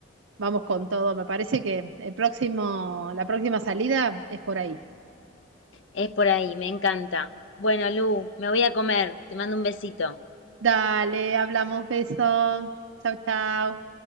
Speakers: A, on the right; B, on the left.
A: vamos con todo. Me parece que el próximo, la próxima salida es por ahí.
B: Es por ahí. Me encanta. Bueno, Lu, me voy a comer. Te mando un besito.
A: Dale, hablamos, beso. Chau, chau.